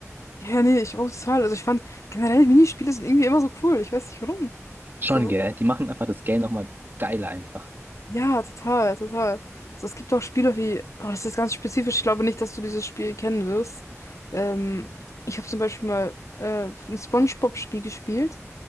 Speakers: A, on the left; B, on the right.
A: Ja, nee, ich auch total. Also ich fand generell Minispiele sind irgendwie immer so cool. Ich weiß nicht warum.
B: Schon,
A: So,
B: gell? Die machen einfach das Game nochmal geiler einfach.
A: Ja, total, total. Also es gibt auch Spiele wie, oh, das ist ganz spezifisch, ich glaube nicht, dass du dieses Spiel kennen wirst. Ähm, ich habe zum Beispiel mal äh, ein SpongeBob-Spiel gespielt,